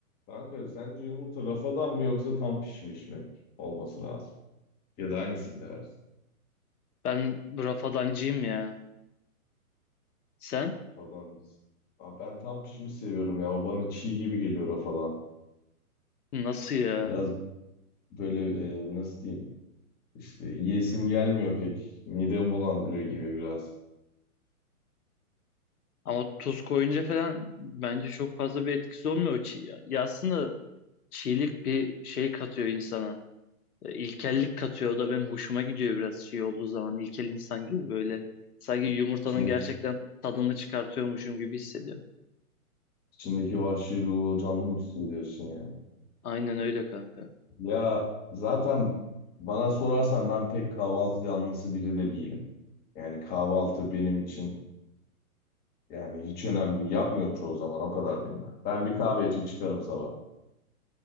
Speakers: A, on the left; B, on the left.
A: Kanka sence yumurta rafadan mı yoksa tam pişmiş mi olması lazım? Ya da hangisini seversin?
B: Ben rafadancıyım ya. Sen?
A: Rafadan biz. Aa, ben tam pişmiş seviyorum ya. O bana çiğ gibi geliyor rafadan.
B: Nasıl ya?
A: Biraz böyle e, nasıl diyeyim? İşte yiyesim gelmiyor pek. Midemi bulandırıyor gibi biraz.
B: Ama tuz koyunca falan bence çok fazla bir etkisi olmuyor. Çi- ya aslında çiğlik bir şey katıyor insana. E, İlkellik katıyor. O da benim hoşuma gidiyor biraz şey olduğu zaman. İlkel insan gibi böyle. Sanki yumurtanın
A: İçindeki,
B: gerçekten tadını çıkartıyormuşum gibi hissediyorum.
A: içindeki vahşi ruhu canlı mı tutuyor diyorsun yani?
B: Aynen öyle kanka.
A: Ya zaten bana sorarsan ben pek kahvaltı canlısı biri de değilim. Yani kahvaltı benim için Yani hiç önemli değil. Yapmıyorum çoğu zaman. O kadar diyeyim ben. Ben bir kahve içip çıkarım sabah.